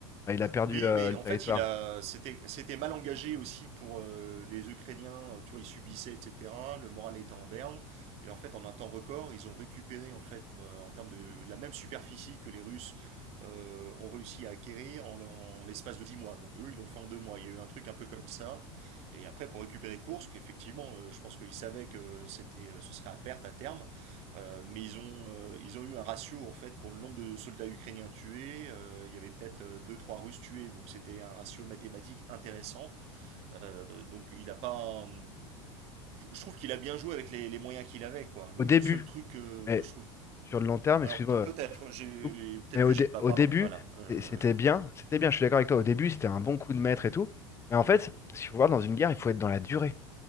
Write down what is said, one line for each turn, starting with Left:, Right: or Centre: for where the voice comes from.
Left: Enfin, il a perdu
Right: Oui,
Left: euh,
Right: mais
Left: le
Right: en
Left: territoire.
Right: fait, il a, c'était, c'était mal engagé aussi pour euh, les Ukrainiens. Euh, Tu vois, ils subissaient, etc. Le moral était en berne. Et en fait, en un temps record, ils ont récupéré en fait, euh, en termes de la même superficie que les Russes euh, ont réussi à acquérir en, en l'espace de 10 mois. Donc eux, ils l'ont fait en deux mois. Il y a eu un truc un peu comme ça. Et après, pour récupérer Kursk, effectivement, euh, je pense qu'ils savaient que c'était, euh, ce serait à perte à terme. Euh, mais ils ont, euh, ils ont eu un ratio en fait pour le nombre de soldats ukrainiens tués. Euh, il y avait peut-être euh, deux trois Russes tués, donc c'était un ratio mathématique intéressant. Euh, donc il a pas. Je, je trouve qu'il a bien joué avec les, les moyens qu'il avait. Quoi. Le,
Left: Au début,
Right: le seul truc que
Left: mais
Right: que je trouve.
Left: sur le long terme,
Right: Alors
Left: excuse-moi, euh,
Right: peut-être,
Left: je,
Right: j'ai...
Left: je te coupe.
Right: peut-être
Left: Mais au,
Right: que j'ai
Left: dé-
Right: pas.
Left: au
Right: Pardon,
Left: début,
Right: voilà. Euh,
Left: c'est- c'était bien. C'était bien, je suis d'accord avec toi. Au début, c'était un bon coup de maître et tout. Mais en fait, si vous voulez, dans une guerre, il faut être dans la durée.